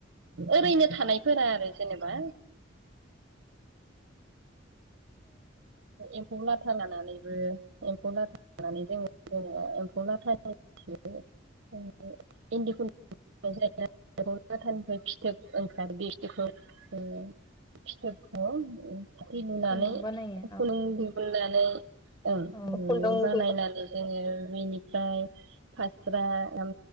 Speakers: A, on the right; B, on the left.
A: ओरैनो था थानायफोरा आरो जेनेबा एम्फौ लादो <unintelligible> नानैबो एम्फौ लाथा लानानै जोङो जोङो एम्फौ लाथा <unintelligible> इन्दि खुन <unintelligible> लाथानिफ्राय फिथोब ओंखार बे फिथोबखौ दै लुनानै
B: खुन्दुं बानायो
A: खुन्दुं दिहुनना नो ओं
B: औ-औ-औ-औ-औ
A: खुन्दुं बानायनानै जोङो बेनिफ्राय फास्रा ओम